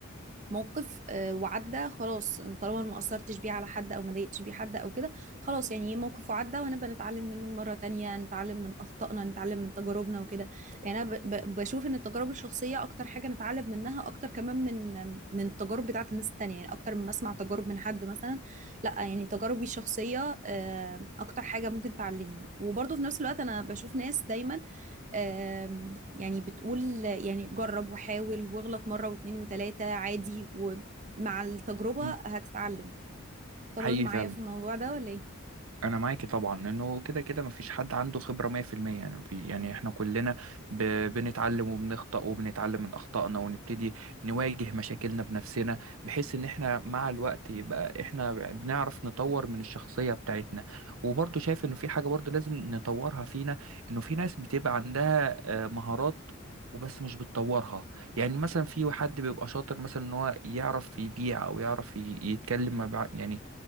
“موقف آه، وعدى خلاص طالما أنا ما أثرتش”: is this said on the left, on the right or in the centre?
Right